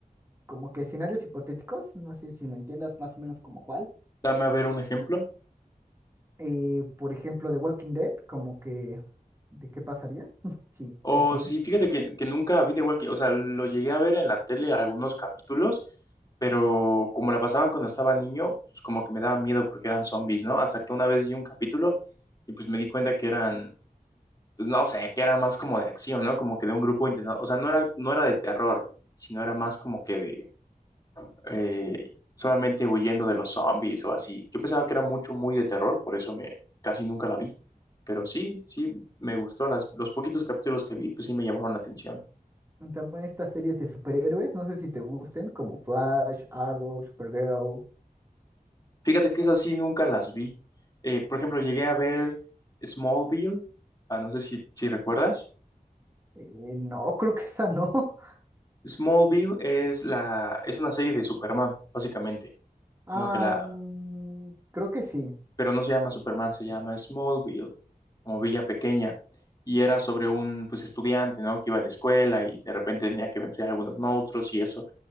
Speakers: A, on the right; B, on the left.
A: como que escenarios hipotéticos, no sé si me entiendas más o menos como cuál.
B: Dame a ver un ejemplo.
A: Eh, por ejemplo, de Walking Dead, como que, ¿de qué pasaría <laughs> si
B: O
A: hay zombies?
B: sí, fíjate que, que nunca vi de igual que, o sea, lo llegué a ver en la tele algunos capítulos, pero como la pasaban cuando estaba niño, pues como que me daba miedo porque eran zombies, ¿no? Hasta que una vez vi un capítulo y pues me di cuenta que eran pues no sé, que era más como de acción, ¿no? Como que de un grupo intentando, o sea, no era, no era de terror, sino era más como que de eh, solamente huyendo de los zombies o así. Yo pensaba que era mucho, muy de terror, por eso me casi nunca la vi. Pero sí, sí, me gustó. Las, los poquitos capítulos que vi, pues sí me llamaron la atención.
A: También estas series de superhéroes, no sé si te gusten, como Flash, Arrow, Supergirl.
B: Fíjate que esas sí nunca las vi. Eh, por ejemplo, llegué a ver Smallville, ah, no sé si, si recuerdas.
A: Eh, no, <laughs> creo que esa no. <laughs>
B: Smallville es la, es una serie de Superman, básicamente.
A: Ah,
B: Como que la,
A: mm, creo que sí.
B: pero no se llama Superman, se llama Smallville, como Villa Pequeña, y era sobre un pues estudiante, ¿no? Que iba a la escuela y de repente tenía que vencer a algunos monstruos y eso.